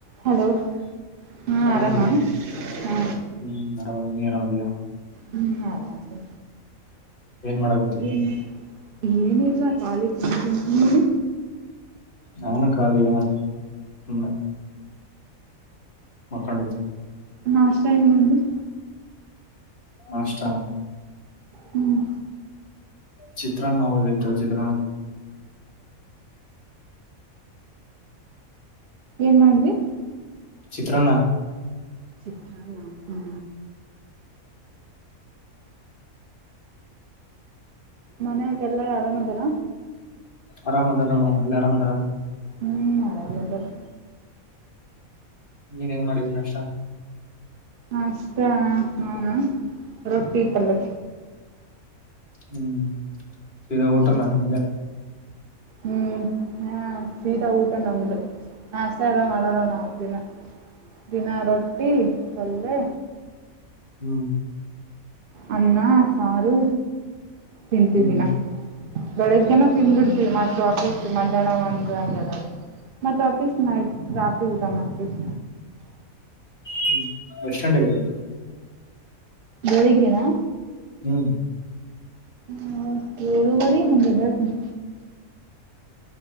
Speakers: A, on the right; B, on the left.
A: Hello ಹಾ
B: ಆರಾಮದಿಯಾ
A: ಆರಾಮಾ ಹಾ.
B: ಹ್ಮ್ ಆರಾಮದಿ ನೀ ಆರಾಮದಿಯಾ
A: ಹ್ಮ್ ಆದುರೂ
B: ಏನ್ ಮಾಡಕತಿ
A: ಏನು. ಏನಿಲ್ಲ ಕಾಲಿ ಕುಂತಿದ್ದ ನೀ.
B: ನಾನು ಕಾಲನ ಸುಮ್ಮನೆ ಮಕೊಂಡಿದ್ದೆ
A: ನಮಸ್ತೆೇ ಇಮ್ಮಿ <unintelligible>
B: ಅಷ್ಟ
A: ಹ್ಮ್
B: ಚಿತ್ರಾನ್ನ ಉಳದ ಚಿತ್ರಾ
A: ಏನು ಮಾಡಿದೆ
B: ಚತ್ರನಾ
A: ಚಿತ್ರನ್ನ ಆ. ಮನೆಗ ಎಲ್ಲರೂ ಆರಾಮ್ ಅದ್ದಾರ.
B: ಆರಾಮ ಅದಾರ ನೋಡ ಅಲ್ಲಿ ಆರಾಮ ಅದಾರ
A: ಹ್ಮ ಅದ ಮೊದಲು.
B: ನೀನು ಏನು ಮಾಡಿದಿ ನಾಷ್ಟ.
A: ಅಷ್ಟ ನಾನು ರೊಟ್ಟಿ ಪಲ್ಯ.
B: ಹ್ಮ್ ಸಿದಾ
A: ಹ್ಮ್
B: ಊಟನ ಆದ ಮೇಲೆ.
A: ಹ್ಮ್. ಸಿದಾ ಊಟ ನಮ್ದು ನಾಷ್ಟ ಎಲ್ಲಾ ಮಾಡೋಲ್ಲ ನಾವು ದಿನ. ದಿನ ರೊಟ್ಟಿ ಪಲ್ಯ.
B: ಹ್ಮ್.
A: ಅನ್ನ ಸಾರು ತಿಂತಿವಿ
B: ಹ್ಮ್
A: ದಿನಾ ಬೆಳಿಗ್ಗೆನೆ ತಿಂದ್ಬಿಡ್ತಿವಿ ಮತ್ತೆ ಆಫೀಸ್ ಮಧ್ಯಾಹ್ನ ಒಂದು ಹಂಗ ಎರಡು. ಮತ್ತ ಆಫಿಸ್ ನೈಟ್ ರಾತ್ರಿ ಊಟ ಮಾಡ್ತೀನಿ.
B: ಹ್ಮ ಎಷ್ಟು ಗಂಟಾಗೈತಿ
A: ಬೆಳಿಗ್ಗೆ ನಾ
B: ಹ್ಮ್
A: ಹೂ ಎಳುವರಿ ಅಂಗ್ ಎದೆಳ್ತೀನಿ